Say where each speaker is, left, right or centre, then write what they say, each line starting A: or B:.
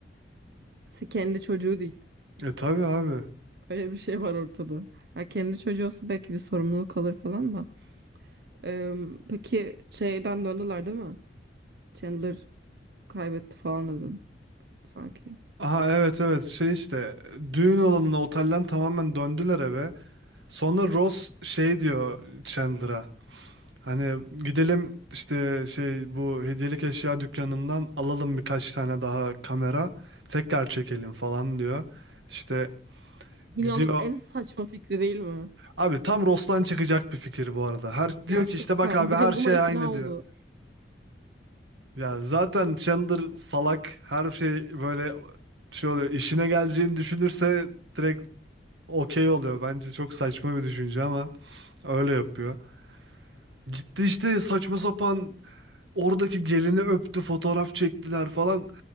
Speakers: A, on the right (about 60°); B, on the right (about 85°).
A: se- kendi çocuğu değil.
B: E tabii abi.
A: Öyle bir şey var ortada. Ha kendi çocuğu olsa belki bir sorumluluk alır falan da. Ee, peki şeyden döndüler değil mi? Chandler kaybetti falan dedin sanki.
B: Aha evet evet şey işte düğün olanına otelden tamamen döndüler eve. Sonra Ross şey diyor Chandler'a. Hani gidelim işte şey bu hediyelik eşya dükkanından alalım birkaç tane daha kamera tekrar çekelim falan diyor. İşte
A: Dünyanın
B: gidiyor.
A: en saçma fikri değil mi?
B: Abi tam Ros'tan çıkacak bir fikir bu arada. Her
A: Gerçekten.
B: diyor ki işte bak abi
A: Bir
B: her
A: de
B: şey
A: buna ikna
B: aynı diyor.
A: oldu.
B: Ya zaten Chandler salak her şey böyle şey oluyor. İşine geleceğini düşünürse direkt okey oluyor. Bence çok saçma bir düşünce ama öyle yapıyor. Gitti işte saçma sapan Oradaki gelini öptü, fotoğraf çektiler falan.